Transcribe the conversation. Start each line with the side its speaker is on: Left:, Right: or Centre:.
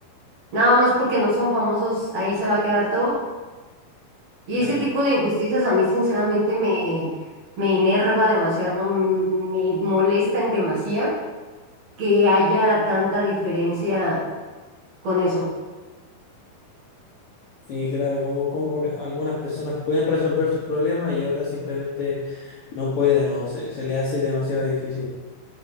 Right: Nada más porque no son famosos, ahí se va a quedar todo. Y
Left: Claro.
Right: ese tipo de injusticias a mí sinceramente me, me enerva demasiado, mm, me molesta en demasía que haya tanta diferencia con eso.
Left: Sí, claro, como, como por- algunas personas pueden resolver sus problemas y otras simplemente no pueden o se, se les hace demasiado difícil.